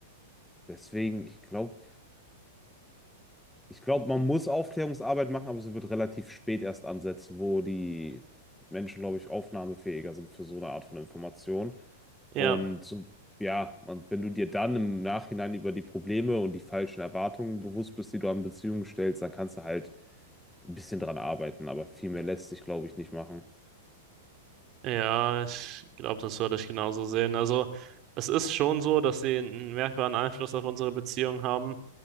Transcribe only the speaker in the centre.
Deswegen, ich glaube, ich glaube, man muss Aufklärungsarbeit machen, aber sie wird relativ spät erst ansetzen, wo die Menschen, glaube ich, aufnahmefähiger sind für so eine Art von Information.
Und so- ja, und wenn du dir dann im Nachhinein über die Probleme und die falschen Erwartungen bewusst bist, die du an Beziehungen stellst, dann kannst du halt ein bisschen dran arbeiten, aber viel mehr lässt sich, glaube ich, nicht machen.